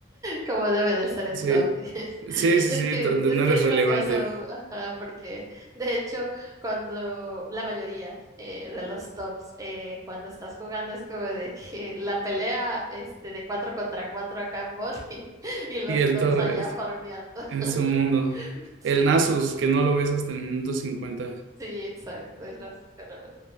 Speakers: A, on the right; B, on the right.
A: Como debe de ser en
B: Sí,
A: top. diez. <laughs>
B: sí, sí, sí,
A: Es que
B: donde
A: es,
B: no
A: es
B: eres
A: gracioso,
B: relevante.
A: ajá, porque de hecho, cuando la mayoría eh, de los tops, eh, cuando estás jugando, es como de que la pelea este, de 4 contra 4 acá en bot <laughs> y, y los
B: Y el
A: tops
B: todo
A: allá farmeando. <laughs>
B: en su mundo.
A: Sí.
B: El Nasus, que no lo ves hasta el minuto 50.
A: Sí, exacto, el Francisco no